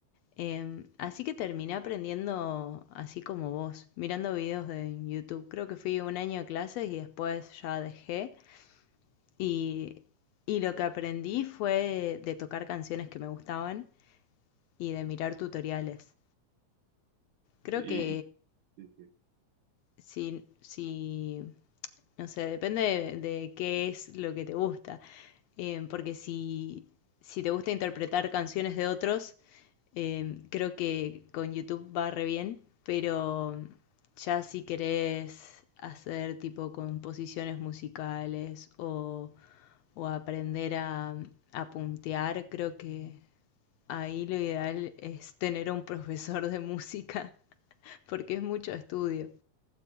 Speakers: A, on the left; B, on the right.
A: Em, así que terminé aprendiendo así como vos, mirando videos de YouTube. Creo que fui un año a clases y después ya dejé. Y, y lo que aprendí fue de tocar canciones que me gustaban y de mirar tutoriales. Creo
B: Y,
A: que
B: sí, sí,
A: si, si No sé, depende de, de qué es lo que te gusta. Eh, porque si, si te gusta interpretar canciones de otros, eh, creo que con YouTube va re bien, pero ya si querés hacer tipo composiciones musicales o, o aprender a, a puntear, creo que ahí lo ideal es tener un profesor de música, <laughs> porque es mucho estudio.